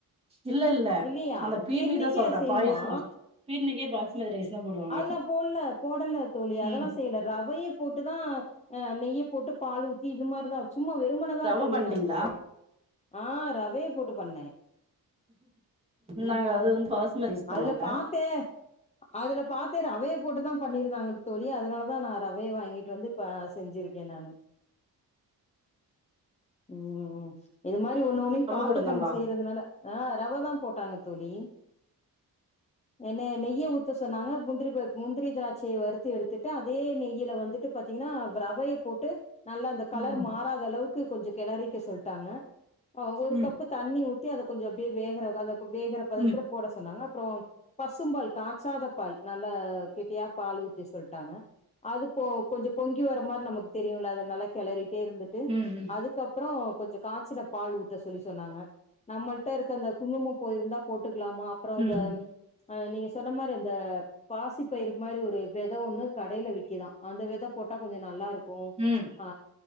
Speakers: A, on the right (about 15°); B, on the left (about 20°).
A: இல்ல இல்ல
B: இல்லையா
A: அந்த பீர்னி
B: கீர்ணிக்கே
A: தா சொல்றே
B: அது செய்ணுமா
A: பாயசோ பீர்னிக்கே பாஸ்மதி
B: அது
A: ரைஸ் தா போடுவாங்க
B: அதெல்லா போடல போடல தோழி அதெல்லா
A: ம்
B: செய்யல ரவையு போட்டுதா ஆ நெய்யை போட்டு பால் ஊத்தி இது மார்தா சும்மா வெறும்மனதா
A: ரவ
B: தோழி
A: பண்ட்டீங்களா
B: நா செஞ்சே ஆ ரவையை போட்டு பண்ணே ம்
A: நாங்க அது வந்து பாசமதிஸ்
B: அதுல
A: தருவாங்க
B: பாத்தே அதுல பாத்தே ரவையை போட்டுதா பண்ணிருந்தாங்க தோழி அதனாலதா நா ரவையை வாங்கிட்டு வந்து ப செஞ்சிருக்கே நானு ம் ம் இது மாரி ஒண்ணு ஒனையு
A: ரவ
B: பாத்துதம்ம
A: போட்டுருந்தாங்களா
B: செய்யறதுனால ஆ ரவ தா போட்டாங்க தோழி எண்ணய நெய்ய ஊ த்த சொன்னாங்க முந்திரி பருப் முந்திரி திராட்சியை வறுத்து எடுத்துட்டு அதே நெய்யில வந்துட்டு பாத்தீங்கனா பிரவயப் போட்டு நல்லா அந்த கலர்
A: ம்
B: மாறாத அளவுக்கு கொஞ்ச கிளறக்க சொல்ட்டாங்க ஒரு
A: ம்
B: கப்பு தண்ணி ஊ அத கொஞ்ச அப்டியே வேகந்த வேகர பதத்துல
A: ம்
B: கூட சொன்னாங்க அப்றோ பசும்பால் கா காச்சாத பால் நல்ல கெட்டியா பால் ஊத்தி சொல்ட்டாங்க அது போ கொஞ்ச பொங்கி வர மாரி நமக் தெரியுல்ல அதுனல்லா கெளரி இருத்துட்டு
A: ம்
B: அதுக்கப்றோ கொஞ்ச காச்சுன பால் ஊத்த சொல்லி சொன்னாங்க நம்மள்ட்ட இருக்க அந்த குங்கும பூ யிருந்தா போட்டுக்கலாமா அப்றோ இந்த
A: ம்
B: ஆ நீங்க சொன்ன மாரி இந்த பாசி பயிரு மாரி ஒரு வித ஒண்ணு கடைல விக்குதா அந்த வித போட்டா கொஞ்ச நல்லாருக்கு
A: ம்
B: ஆ